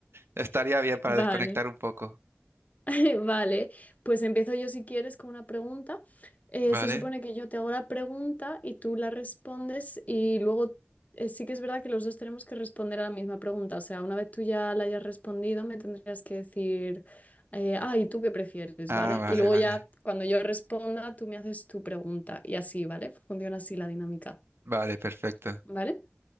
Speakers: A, on the right (about 80°); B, on the left (about 40°).
A: estaría bien para
B: Vale.
A: desconectar un poco.
B: <laughs> Vale, pues empiezo yo si quieres con una pregunta. Eh,
A: ¿Vale?
B: se supone que yo te hago la pregunta y tú la respondes y luego eh, sí que es verdad que los dos tenemos que responder a la misma pregunta. O sea, una vez tú ya la hayas respondido, me tendrías que decir, eh, ah, ¿y tú qué prefieres?
A: Ah,
B: ¿Vale?
A: vale,
B: Y luego
A: vale.
B: ya cuando yo responda, tú me haces tu pregunta y así, ¿vale? Funciona así la dinámica,
A: Vale, perfecto.
B: ¿vale?